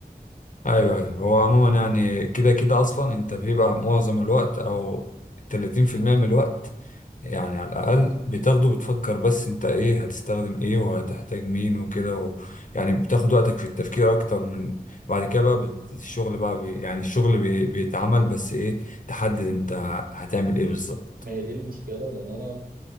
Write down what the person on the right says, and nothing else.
ما هي دي المشكله لان انا